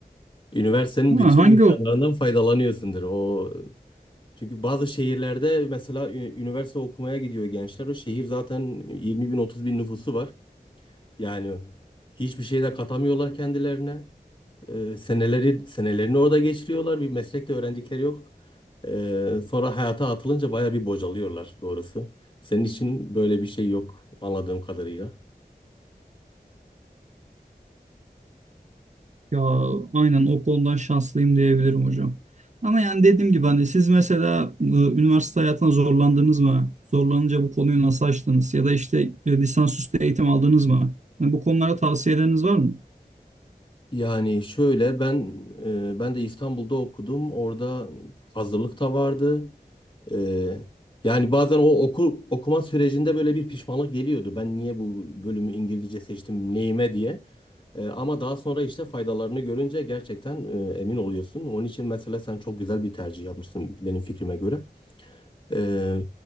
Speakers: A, on the left; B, on the right.
A: Üniversitenin
B: Ha,
A: bütün
B: hangi
A: imkanlarından
B: ok-,
A: faydalanıyorsundur. O Çünkü bazı şehirlerde mesela ü- üniversite okumaya gidiyor gençler. O şehir zaten 20 bin 30 bin nüfusu var. Yani hiçbir şey de katamıyorlar kendilerine. Ee, seneleri senelerini orada geçiriyorlar. Bir meslek de öğrendikleri yok. Ee, sonra hayata atılınca baya bir bocalıyorlar doğrusu. Senin için böyle bir şey yok anladığım kadarıyla.
B: Ya aynen o konudan şanslıyım diyebilirim hocam. Ama yani dediğim gibi hani siz mesela e, üniversite hayatına zorlandınız mı? Zorlanınca bu konuyu nasıl açtınız? Ya da işte e, lisansüstü eğitim aldınız mı? Yani bu konulara tavsiyeleriniz var mı?
A: Yani şöyle ben e, ben de İstanbul'da okudum. Orada hazırlık da vardı. Ee, yani bazen o oku, okuma sürecinde böyle bir pişmanlık geliyordu. Ben niye bu bölümü İngilizce seçtim, neyime diye. Ee, ama daha sonra işte faydalarını görünce gerçekten e, emin oluyorsun. Onun için mesela sen çok güzel bir tercih yapmışsın benim fikrime göre. Ee,